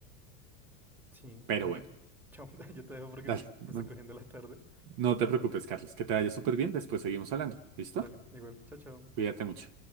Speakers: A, in the centre; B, on the right (about 50°).
A: Sí,
B: Pero
A: bueno,
B: bueno,
A: yo, chao, <laughs> yo te dejo porque
B: dale,
A: sí,
B: no,
A: me está cogiendo la tarde.
B: no te preocupes, Carlos, que te vaya súper bien, después seguimos hablando. ¿Listo?
A: Dale, igual, chao, chao.
B: Cuídate mucho.